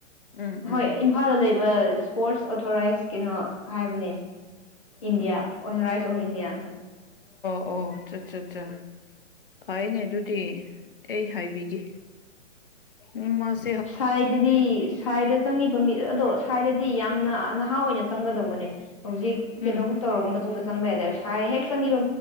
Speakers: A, on the left; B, on the left.
A: ꯎꯝ ꯎꯝ
B: ꯍꯣꯏ ꯏꯝꯐꯥꯜꯗ ꯂꯩꯕ ꯏꯁꯄꯣꯔꯠꯁ ꯑꯣꯊꯣꯔꯥꯏꯁ ꯀꯩꯅꯣ ꯍꯥꯏꯕꯅꯦ ꯏꯟꯗꯤꯌꯥ ꯑꯣ ꯔꯥꯏꯁ ꯑꯣꯐ ꯏꯟꯗꯤꯌꯥ
A: ꯑꯣꯆꯥ ꯑꯠꯆꯥ ꯍꯥꯏꯅꯦ ꯑꯗꯨꯗꯤ ꯑꯩ ꯍꯥꯏꯕꯤꯒꯦ ꯎꯝ ꯃꯥꯁ
B: ꯁꯥꯏꯗꯗꯤ ꯁꯥꯏꯗ ꯆꯪꯉꯤꯕ ꯃꯤꯠ ꯑꯗꯣ ꯁ꯭ꯋꯥꯏꯗꯗꯤ ꯌꯥꯝꯅ ꯅꯍꯥ ꯑꯣꯏꯅ ꯆꯪꯒꯗꯧꯕꯅꯦ ꯍꯧꯖꯤꯛ ꯀꯩꯅꯣꯕꯨꯛ
A: ꯎꯝ
B: ꯇꯧꯔꯕ ꯃꯇꯨꯡꯗ ꯆꯪꯕ ꯌꯥꯗꯦꯁꯥꯏ ꯍꯦꯛ ꯆꯪꯕ